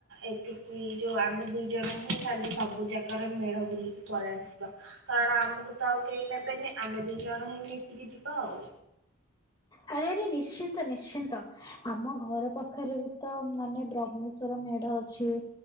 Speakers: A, on the right; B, on the left.
A: ଏଠିକି, ଯୋଉ ଆମେ ଦି ଜଣ ହିଁ ଖାଲି ସବୁ ଜାଗା କାର ମେଢ ବୁଲିକି ପଳେଇ ଆସିବା, କାରଣ ଆମକୁ ତ ଆଉ କେହି ନେବେନି। ଆମେ ଦି ଜଣ ହେଇ ମିଶିକି ଯିବା ଆଉ।
B: ହାଏରେ ନିଶ୍ଚିନ୍ତ ନିଶ୍ଚିନ୍ତ। ଆମ ଘର ପାଖରେ ଗୋଟେ ମାନେ ବ୍ରାହ୍ମେଶ୍ଵର ମେଢ ଅଛି।